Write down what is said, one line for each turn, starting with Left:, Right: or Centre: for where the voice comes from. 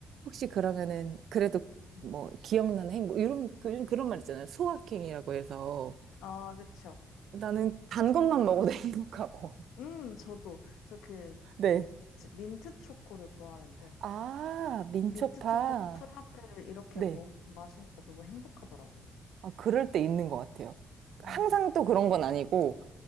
Right: 혹시 그러면은 그래도
Left: 네.
Right: 뭐 기억나는 행복 뭐 이런 그- 그런 말 있잖아요. 소확행이라고 해서
Left: 아, 그쵸.
Right: 나는 단
Left: 저,
Right: 것만 먹어도 <laughs> 행복하고.
Left: 음, 저도 저 그
Right: 네.
Left: 민트 초코를 좋아하는데
Right: 아, 민초파.
Left: 민트 초코 프라페를 이렇게
Right: 네.
Left: 먹, 마시니까 너무 행복하더라고요.
Right: 아, 그럴 때 있는 것 같아요. 항상
Left: 음,
Right: 또 그런 건 아니고